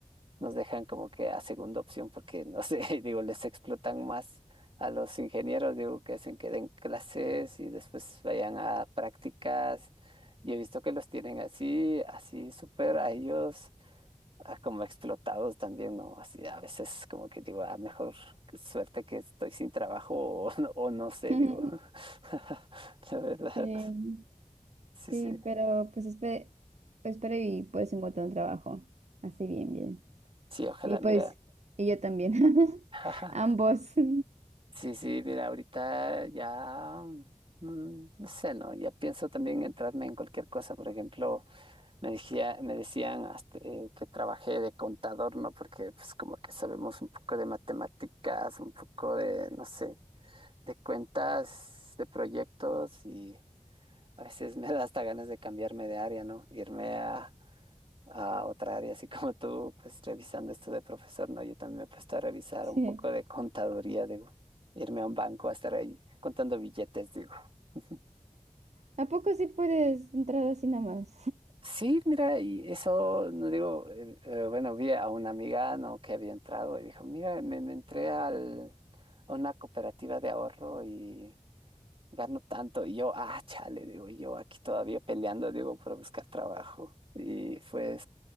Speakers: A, on the right (about 50°); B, on the right (about 65°).
A: nos dejan como que a segunda opción porque, no sé, <laughs> digo, les explotan más a los ingenieros, digo, que hacen que den clases y después vayan a prácticas. Y he visto que los tienen así, así súper a ellos ah, como explotados también, ¿no? Así a veces como que digo, ah, mejor suerte que estoy sin trabajo <laughs> o, no- o no sé,
B: <laughs>
A: digo. <laughs> La verdad,
B: sí,
A: sí,
B: sí,
A: sí,
B: pero pues espero, espero y puedes encontrar un trabajo. Así bien, bien.
A: sí, ojalá,
B: Y pues,
A: mira.
B: y yo también. <laughs>
A: <laughs>
B: Ambos. <laughs>
A: Sí, sí, mira, ahorita ya, mm, no sé, ¿no? Ya pienso también entrarme en cualquier cosa. Por ejemplo, me decía, me decían hasta, eh, que trabajé de contador, ¿no? Porque pues como que sabemos un poco de matemáticas, un poco de, no sé de cuentas, de proyectos y a veces me da hasta ganas de cambiarme de área, ¿no? Irme a, a otra área, así como tú, pues revisando esto de profesor, ¿no? Yo también me he puesto a revisar
B: Sí.
A: un poco de contaduría, digo, irme a un banco a estar ahí contando billetes, digo. <laughs>
B: ¿A poco sí puedes entrar así nada más?
A: Sí, mira, y eso, no digo, eh, eh, bueno, vi a una amiga, ¿no? que había entrado y dijo, mira, me, me entré al, a una cooperativa de ahorro y gano tanto. Y yo, ah, chale, digo, y yo aquí todavía peleando, digo, para buscar trabajo. Y fue,